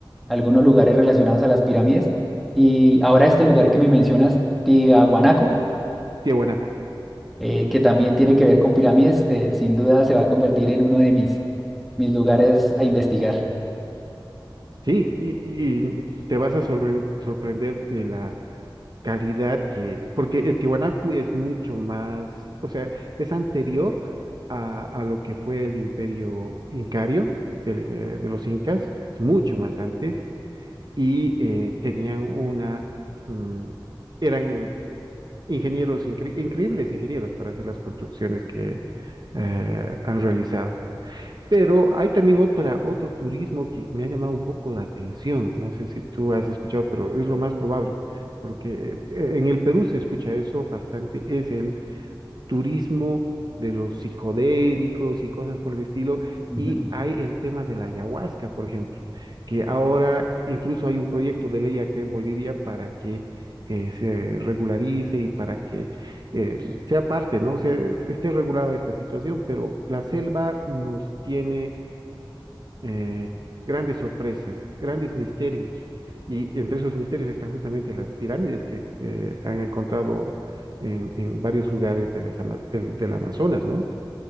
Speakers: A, in the centre; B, on the right.
A: algunos lugares relacionados a las pirámides. Y ahora este lugar que me mencionas, Tiahuanaco,
B: Tiahuanaco.
A: eh, que también tiene que ver con pirámides, eh, sin duda se va a convertir en uno de mis, mis lugares a investigar.
B: Sí, y, y te vas a sorpre- sorprender de la calidad que, porque eh, Tiahuanaco es mucho más, o sea, es anterior a, a lo que fue el imperio incario del, eh, de, los incas, es mucho más antes, y eh, tenían una, mm, eran ingenieros, incre- increíbles ingenieros para hacer las construcciones que eh, han realizado. Pero hay también otra, otro turismo que me ha llamado un poco la atención. No sé si tú has escuchado, pero es lo más probable, porque eh, en el Perú se escucha eso bastante, es el turismo de los psicodélicos y cosas por el estilo.
A: Ujú.
B: Y hay el tema de la ayahuasca, por ejemplo, que ahora incluso hay un proyecto de ley acá en Bolivia para que eh, se regularice y para que eh, sea parte, ¿no? O sea, es- esté regulada esta situación, pero la selva nos tiene eh, grandes sorpresas, grandes misterios. Y entre esos misterios están justamente las pirámides que eh, han encontrado en, en, varios lugares de las ama- del, del Amazonas, ¿no?